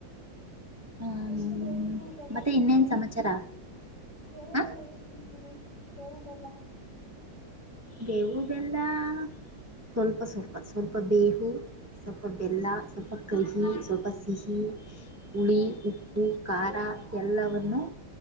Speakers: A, on the right; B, on the left.
A: ಹ್ಮ್
B: ಎಷ್ಟು ಬೇವು ಬೆಲ್ಲಾ
A: ಮತ್ತೆ
B: ತಿಂತೀರಿ
A: ಇನ್ನೇನ್ ಸಮಾಚಾರ
B: ಬೇವು
A: ಹ
B: ಬೆಲ್ಲ ಎಷ್ಟ್ ತಿಂತೀರಿ. ಬೇವು ಬೆಲ್ಲಾ
A: ಬೇವು ಬೆಲ್ಲಾ ಸ್ವಲ್ಪ ಸ್ವಲ್ಪ ಸ್ವಲ್ಪ ಬೇವು ಸ್ವಲ್ಪ ಬೆಲ್ಲಾ
B: ಹ್ಮ್
A: ಸ್ವಲ್ಪ ಕಹಿ
B: ಹ್ಮ್
A: ಸ್ವಲ್ಪ ಸಿಹಿ ಹುಳಿ,
B: ಹ
A: ಉಪ್ಪು, ಖಾರಾಎಲ್ಲವನ್ನು
B: ಹ್ಮ್ ಹ